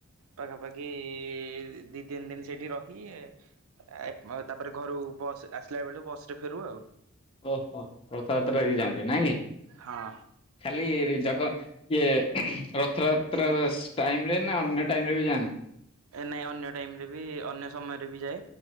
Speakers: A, on the right; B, on the left.
A: ପାଖାପାଖି ଦି ତିନି ଦିନି ସେଠି ରହି ଆଏ ତାପରେ ଘରୁ ବସ ଆସିଲା ବେଳୁ ବସ ରେ ଫେରୁ ଆଉ।
B: ଓହୋ ରଥଯାତ୍ରା ବି ଯାଆନ୍ତି ନାଇଁ କି?
A: ହଁ।
B: ଖାଲି <unintelligible> ଇଏ ରଥଯାତ୍ରା <unintelligible> ଟାଇମ ରେ ନା ଅନ୍ୟ ଟାଇମ ରେ ବି ଯାଆନ୍ତି?
A: ନାଇଁ ଅନ୍ୟ ଟାଇମରେ ବି ଅନ୍ୟ ସମୟରେ ବି ଯାଉ।